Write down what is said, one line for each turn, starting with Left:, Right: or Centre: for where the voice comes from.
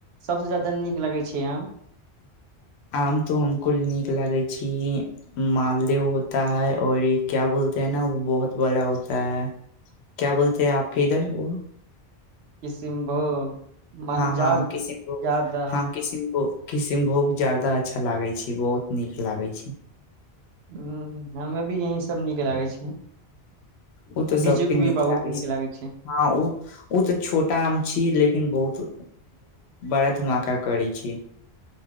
Right: सभसे ज्यादा नीक लगय छै आम
Left: आम तो हमको नीक लागय छै मालदे होता है और ई क्या बोलते है न बहुत बड़ा होता है क्या बोलते है आपके इधर वो
Right: किसिनभोग मा
Left: हँ हँ
Right: जार्द
Left: किसिमभो
Right: जादा
Left: हँ किसिमभो किशनभोग जायदा अच्छा लागय छै बहुत नीक लागय छै
Right: हं हमे भी यहीं से सब नीक लागय छै
Left: ओ तऽ सबके
Right: बीजू के भी
Left: नीक
Right: बहुत
Left: लागै छै
Right: लागे
Left: हँ ओ ओ तऽ छोटा आम छी लेकिन बहुत बड़ा धमाका करै छी